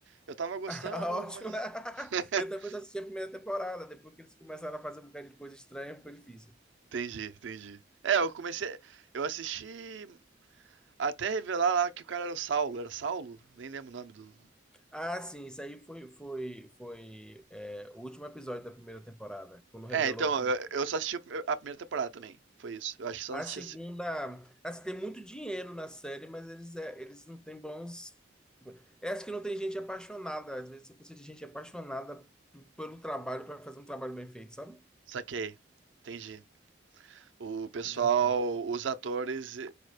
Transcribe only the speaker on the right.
Eu tava gostando,
mas.
<laughs>
entendi, entendi. É, eu comecei. Eu assisti até revelar lá que o cara era o Saulo. Era Saulo? Nem lembro o nome do.
É, então,
eu, eu só assisti a primeira temporada também. Foi isso. Eu acho que só
não assisti.
a se-
Saquei. Entendi. O pessoal,
os atores,